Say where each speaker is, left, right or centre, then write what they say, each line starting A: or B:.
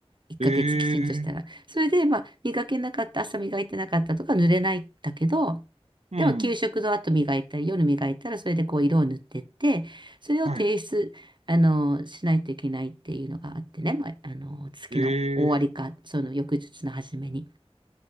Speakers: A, on the right; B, on the right.
A: 1ヶ月きちんとしたら。
B: ええ、
A: それで、まあ、磨けなかった、朝磨いてなかったとか濡れないんだけど、
B: うん、
A: でも給食の後磨いたり、夜磨いたら、それでこう色を塗ってって、それを提出、
B: はい。
A: あの、しないといけないっていうのがあってね、まあ、あの、月の終わりか、
B: ええ、
A: その翌日の初めに。